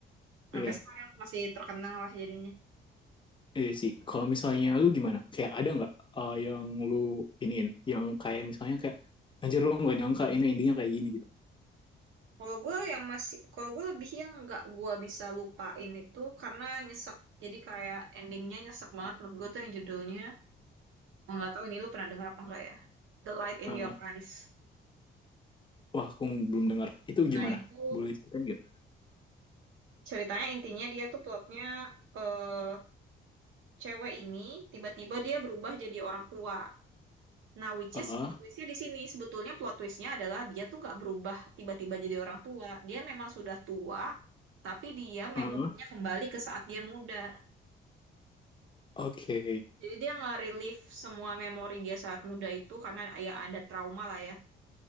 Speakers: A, on the right; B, on the left.
A: Sampai
B: iya
A: sekarang masih terkenang lah jadinya.
B: Iya sih, kalau misalnya lu gimana? Kayak ada nggak eh, yang lu iniin, yang kayak misalnya kayak anjir lu nggak nyangka ini endingnya kayak gini gitu.
A: Kalau gue yang masih, kalau gue lebih yang nggak gue bisa lupain itu karena nyesek. Jadi kayak endingnya nyesek banget menurut gue tuh yang judulnya nggak tahu ini lu pernah dengar apa enggak ya The Light in
B: Heeh.
A: Your Eyes
B: Wah, aku belum dengar. Itu
A: nah
B: gimana?
A: itu
B: Boleh ceritain nggak?
A: ceritanya intinya dia tuh plotnya eh cewek ini tiba-tiba dia berubah jadi orang tua Nah, which
B: Heeh.
A: is plot twist-nya di sini sebetulnya plot twist-nya adalah dia tuh nggak berubah tiba-tiba jadi orang tua. Dia memang sudah tua, tapi dia
B: Heeh.
A: memorinya kembali ke saat dia muda.
B: Oke.
A: Jadi dia nge-relive semua memori dia saat muda itu karena ya ada trauma lah ya.